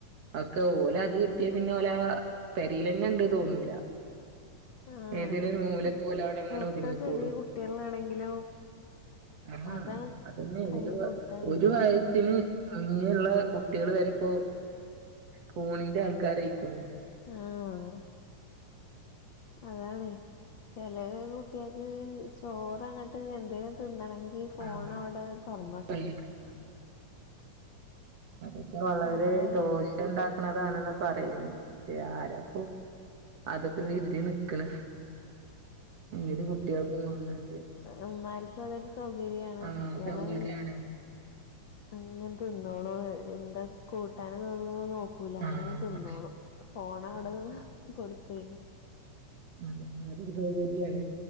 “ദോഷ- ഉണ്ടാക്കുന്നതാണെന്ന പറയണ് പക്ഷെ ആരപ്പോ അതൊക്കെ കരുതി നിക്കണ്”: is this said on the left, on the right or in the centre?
Right